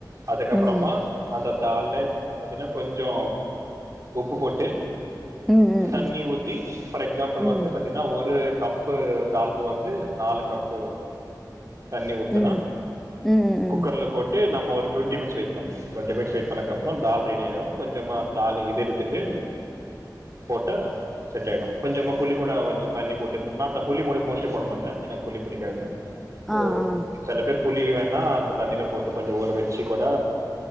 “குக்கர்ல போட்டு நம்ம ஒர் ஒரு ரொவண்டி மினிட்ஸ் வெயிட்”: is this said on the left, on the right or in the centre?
Right